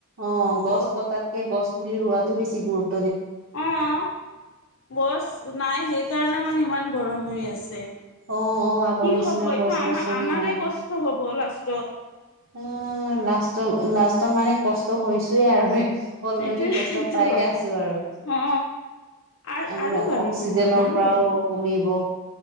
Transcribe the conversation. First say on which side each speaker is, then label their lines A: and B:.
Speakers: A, on the right; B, on the left.
A: অ গছ
B: গ
A: কটাতকে গছ পুলি ৰোৱাটো বেছি গুৰুত
B: অ গছ নাই সেইকাৰণে মানে ইমান গৰম হৈ আছে। কি
A: অ অ আগৰ নিচিনা
B: হব এইটো
A: গছ
B: আমাৰ
A: গছনি
B: আমাৰে
A: নাই
B: কষ্ট হ'ব লাষ্টত।
A: অ', লাষ্ট-লাষ্টত মানে কষ্ট হৈছেই আৰু। অলৰেডি
B: এইটোৱেটো।
A: কষ্ট পাইহে আছোঁ আৰু।
B: অ আৰ
A: আমি
B: আৰু বাঢ়িব
A: অক্সিজেনৰ
B: গৰম আৰু
A: পৰাও
B: বাঢ়িব
A: কমিব